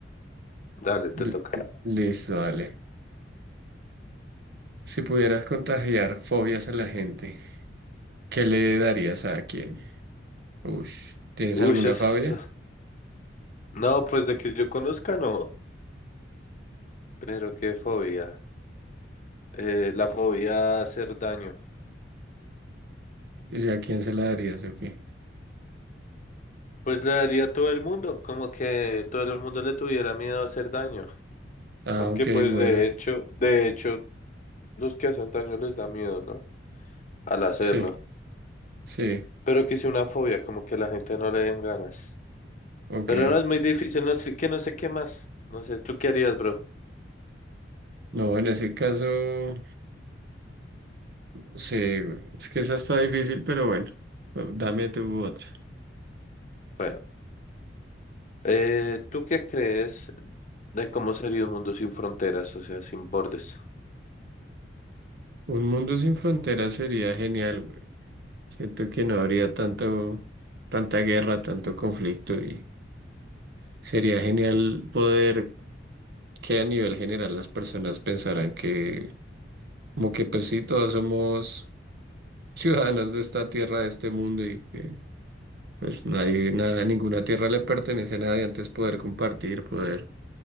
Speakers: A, on the left (about 45°); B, on the right (about 60°).
A: Dale, te
B: li-
A: toca.
B: listo, dale. Si pudieras contagiar fobias a la gente, ¿qué le darías a quién? Ush, ¿tienes
A: Uy,
B: alguna
A: eso
B: fobia?
A: es. No, pues de que yo conozca, no. Pero qué fobia. Eh, la fobia a hacer daño.
B: ¿Y a quién se la darías o qué?
A: Pues le daría a todo el mundo, como que todo el mundo le tuviera miedo a hacer daño.
B: Ah,
A: Aunque
B: ok,
A: pues
B: bueno.
A: de hecho, de hecho, los que hacen daño les da miedo, ¿no? Al hacerlo.
B: Sí, sí,
A: Pero que sea una fobia, como que a la gente no le den ganas.
B: ok.
A: Pero no es muy difícil, no sé, que no sé qué más. No sé, ¿tú qué harías, bro?
B: No, en ese caso, sí, güey, es que esa está difícil, pero bueno, dame tu otra.
A: Bueno, eh, ¿tú qué crees de cómo sería un mundo sin fronteras, o sea, sin bordes?
B: Un mundo sin fronteras sería genial, güey. Siento que no habría tanto, tanta guerra, tanto conflicto y sería genial poder que a nivel general las personas pensaran que como que pues sí, todos somos <laughs> ciudadanos de esta tierra, de este mundo y que pues nadie, nada, ninguna tierra le pertenece a nadie, antes poder compartir, poder